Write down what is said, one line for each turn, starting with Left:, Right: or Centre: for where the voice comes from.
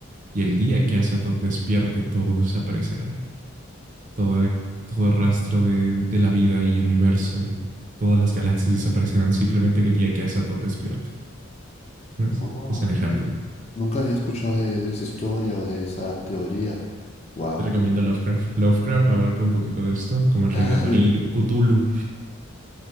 Right: Y el día que Azathoth despierte, todo desaparecerá. toda, todo rastro de, de la vida y universo y todas las galaxias desaparecerán simplemente el día que Asato despierte. ¿Ves?
Left: Oh,
Right: Es un
Left: qué
Right: ejemplo.
Left: interesante. Nunca había escuchado de, de esa historia o de esa teoría. Wow.
Right: Te recomiendo Lovecraft. Lovecraft abarca un poquito de esto, como el
Left: ah
Right: Rey de Amarillo,
Left: de
Right: Cthulhu.